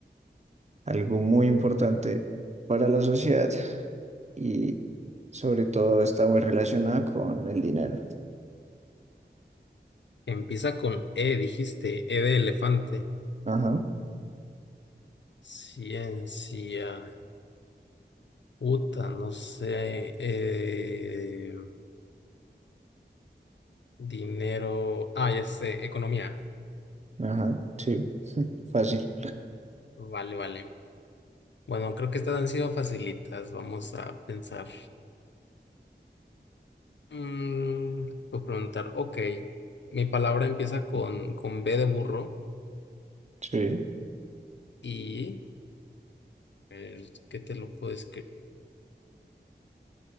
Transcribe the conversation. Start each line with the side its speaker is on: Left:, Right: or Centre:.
Right: algo muy importante para la sociedad y sobre todo está muy relacionada con el dinero.
Left: Empieza con E, dijiste, E de elefante.
Right: Ajá,
Left: Ciencia. Puta, no sé. eh, dinero. Ah, ya sé, economía.
Right: ajá, sí, fácil.
Left: Vale, vale. Bueno, creo que estas han sido facilitas. Vamos a pensar. Mm, puedo preguntar, ok, mi palabra empieza con, con B de burro
Right: Sí.
Left: y eh, ¿qué te lo puedo escribir?